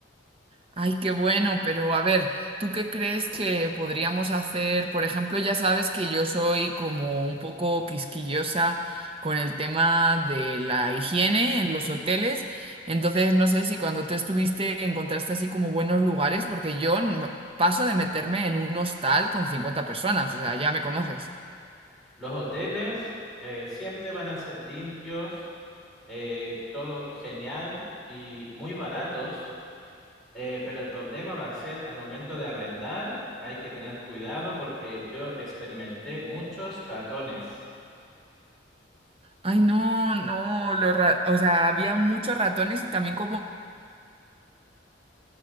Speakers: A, on the right (about 30°); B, in the centre.
A: Ay, qué bueno, pero a ver, ¿tú qué crees que podríamos hacer? Por ejemplo, ya sabes que yo soy como un poco quisquillosa con el tema de la higiene en los hoteles, entonces no sé si cuando tú estuviste encontraste así como buenos lugares, porque yo no- paso de meterme en un hostal con 50 personas, o sea, ya me conoces.
B: Los hoteles eh, siempre van a ser limpios, eh, todo genial y muy baratos, eh, pero el problema va a ser al momento de arrendar, hay que tener cuidado porque yo experimenté muchos ratones.
A: Ay, no, no, los ra- o sea, había muchos ratones y también como